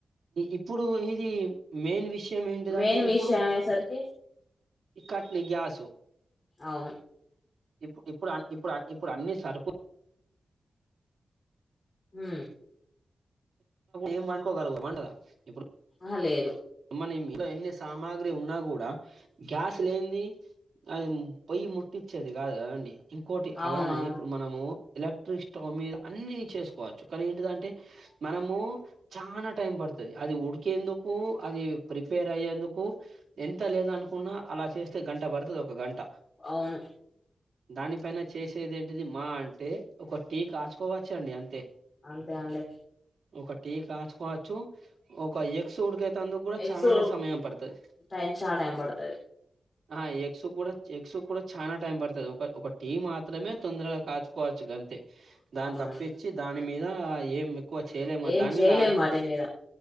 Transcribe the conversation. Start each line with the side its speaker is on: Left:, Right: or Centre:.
Right: ఇప్పుడు ఇది మెయిన్ విషయం ఏంటిదంటే
Left: మెయిన్
Right: ఇప్పుడు
Left: విషయం అయ్యేసరికి
Right: ఇక్కట్ని గ్యాసు
Left: అవును
Right: ఇప్పు ఇప్పుడు ఇప్పుడు ఇప్పుడు అన్ని సరుకు
Left: ఉ
Right: ఏం వాడుకోగల అంటదా ఇప్పుడు
Left: ఆ లేదు
Right: మన ఎన్ని సామాగ్రి ఉన్నా కూడా గ్యాస్ లేనిది అ పొయ్యి ముత్తిచ్చేది కాదు కదండి ఇంకోటి
Left: అవును
Right: అలానే
Left: అవును
Right: ఇప్పుడు మనము ఎలక్ట్రిక్ స్టవ్ మీద అన్ని చేసుకోవచ్చు. కానీ ఏంటిదంటే మనము చానా టైం పడుతది అది ఉడికేందుకు. అది ప్రిపేర్ అయ్యేందుకు ఎంత లేదనుకున్నా అలా చేస్తే గంట పడుతది. ఒక గంట
Left: అవును.
Right: దానిపైన చేసేది ఏంటిది. మా అంటే ఒక టీ కాచుకోవచ్చండి అంతే.
Left: అంతే అండి.
Right: ఒక టీ కాచుకోవచ్చు ఒక ఎక్స్ ఉడికే అందుకు కూడా
Left: ఎగ్స్
Right: చాలనే సమయం పడుతది.
Left: టైం చాలా టైం పడుతది
Right: ఆ ఎక్స్ కూడా ఎగ్స్ కూడా చాలా టైం పడుతది. ఒక ఒక టీం మాత్రమే తొందరగా కాచుకోవచ్చు గంతే దాన్ని
Left: అవునండి
Right: తప్పించి దాని మీద ఏం ఎక్కువ చేయలేము.
Left: ఏం
Right: దాని
Left: చేయలేం
Right: మీద
Left: వాటి మీద